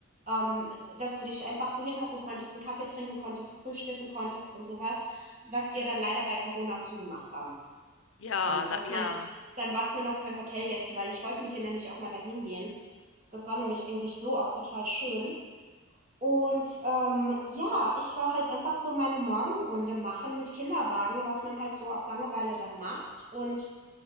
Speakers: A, on the right (about 35°); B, on the left (about 75°).
A: ähm, dass du dich einfach so hinhocken konntest, einen Kaffee trinken konntest, frühstücken konntest und sowas, was die ja dann leider bei Corona zugemacht haben.
B: Ja,
A: Ähm,
B: la-
A: dass
B: ja.
A: man das, dann war es nur noch für Hotelgäste, weil ich wollte mit dir nämlich auch mal dahin gehen. Das war nämlich eigentlich so auch total schön. Und ähm, ja, ich war halt einfach so meine Morgenrunde machen mit Kinderwagen, was man halt so aus Langeweile dann macht. Und